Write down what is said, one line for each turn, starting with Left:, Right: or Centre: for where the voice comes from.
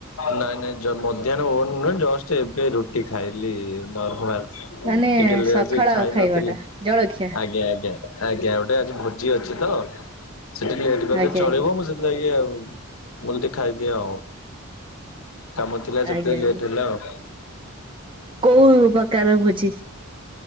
Left: ନାଇଁ ନାଇଁ ଜ ମଧ୍ୟାହ୍ନ ଭୋନ ନୁହେଁ ଜଷ୍ଟ ଏବେ ରୁଟି ଖାଇଲି ନର୍ମାଲ।
Right: ମାନେ
Left: ଟିକେ ଲେ
Right: ସକାଳ
Left: ଆଜି ଖାଇ
Right: ଖାଇବା
Left: ନଥିଲି
Right: ଟା ଜଳଖିଆ
Left: ଆଜ୍ଞା ଆଜ୍ଞା। ଆଜ୍ଞା ଗୋଟେ ଆଜି ଭୋଜି ଅଛି ତ ସେଠି ଲେଟ୍ କଲେ
Right: ଆଜ୍ଞା
Left: ଚଳିବ
Right: ଆଜ୍ଞା।
Left: ମୁଁ ସେ ଲାଗି ଆଉ ମୁଲି ଦି ଖାଇଦିଏ ଆଉ। କାମ ଥିଲା ସେତେ
Right: ଆଜ୍ଞା ଆଜ୍ଞା
Left: ଲେଟ୍ ହେଲା ଆଉ।
Right: କୋଉ ପ୍ରକାରର ଭୋଜି?